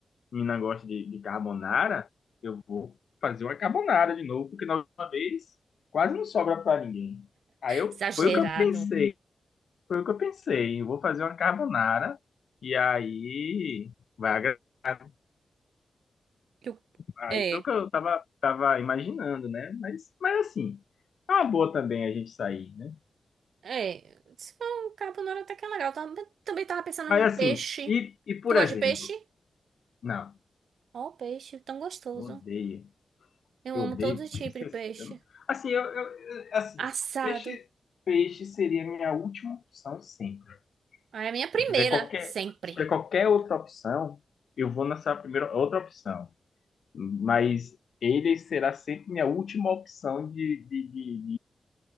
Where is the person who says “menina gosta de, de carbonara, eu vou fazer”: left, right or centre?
Left